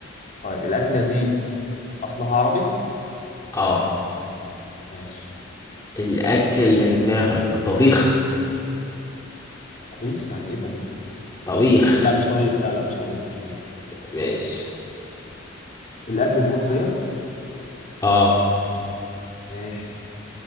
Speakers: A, on the left (about 40°); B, on the left (about 15°).
A: طيب الاكله دي اصلها عربي
B: اه
A: ماشي
B: الأكل اللي في دماغك طبيخ
A: طبيخ يعني ايه طبيخ
B: طبيخ
A: لا مش طبيخ لا لا مش طبيخ مش طبيخ
B: ماشي
A: الاكله دي مصريه
B: اه
A: ماشي